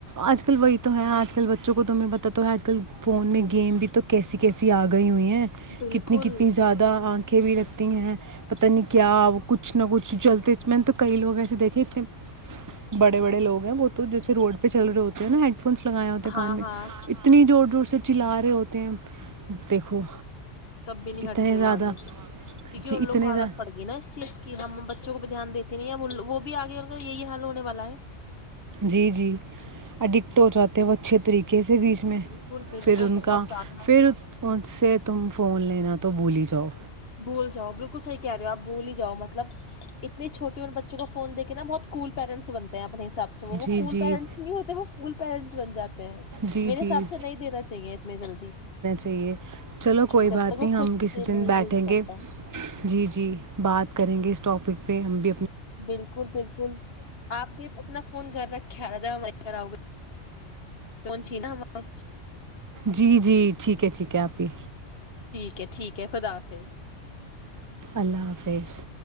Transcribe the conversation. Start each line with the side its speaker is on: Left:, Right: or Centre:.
Right: آج کل وہی تو آجل بچوں کو تمہیں پ تو آج کل فون میں گیم بھی تو کیسی کیسی آ گئی ہوئی ہیں ہیں
Left: بالکل
Right: کتنی کتنی زیادہ آنکھیں بھی لگتی ہیں پتہ نہیں کیا کیا کچھ نہ کچھ چلتے میں نے تو کئی لوگ ایسے دیکھے تھے بڑے بڑے لوگ ہیں بہت تو جیسے روڈ پہ چل رہ ہوتے نا ہیڈ فونس لگاائے ہوتے
Left: ہاں
Right: کان میں
Left: ہاں
Right: نی زور زور سے چلا رہے ہوتے ہیں دیکھو
Left: تب بھی نہیں
Right: اتنے
Left: ہٹتے
Right: زیادہ
Left: وہ آگے سے کیونکہ
Right: جی
Left: ان
Right: اتنے
Left: لوگ کو عادت
Right: زیادہ
Left: پڑ گی نا اس چیز کی ہم بچوں کو بھی دھیان دیتے دت وہ بھی آگے ان کا یہی حال ہونے والا ہے
Right: جی جی اڈکٹ ہو جاتے وہ اچھے طریقے کیسے بیچ میں
Left: بالکل بالکل
Right: پھر ان
Left: بہت
Right: کا
Left: زیادہ
Right: پھر ان سے تم فون لینا تو بھولی ہی جاؤ
Left: بھول جاؤ بالکل صحی کہہ رہے ہو آپ بول ہیاؤ مطلب اتنی چھوٹی اننے بچوں کو فون دیک کے نا بہت کول پیرنٹس بنتے ہیں اپنے حساب سے وہ
Right: جی
Left: کول
Right: جی
Left: پینٹس نہیں ہوتے وہ فول پینٹس بن جاتے میرے
Right: جی جی
Left: حساب سے نہیں دینا چاہیے اتنی جلدی
Right: تی <unintelligible> چلو کوئی
Left: جب
Right: بات
Left: تک وہ
Right: نہیں ہم
Left: خود
Right: کسی
Left: سے
Right: دن
Left: نہیں
Right: بیٹھیں
Left: یوز کرتا
Right: گے جی جی بات کریں گے اس ٹاپک پہ پ ہمب
Left: بالکل بالکل آپ بھی اپنا فون گھر رکھے رہا تھا آؤ گ توھی نا ہمارے
Right: جی جی ٹھیک ہے ٹھیک ہے آپ ہی
Left: اھ ٹھیک ہے خدافظ
Right: اللہ حافظ